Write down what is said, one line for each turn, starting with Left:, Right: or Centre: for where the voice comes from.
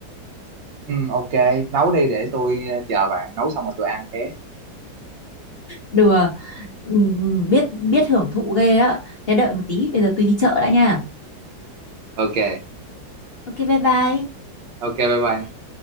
Right: Ừ, ok, nấu đi để tôi ờ, chờ bạn nấu xong rồi tôi ăn ké.
Left: đùa Ừm, biết biết hưởng thụ ghê đó thế đợi một tí bây giờ tôi đi chợ đã nha
Right: Ok,
Left: ok bye bye
Right: ok, bye bye.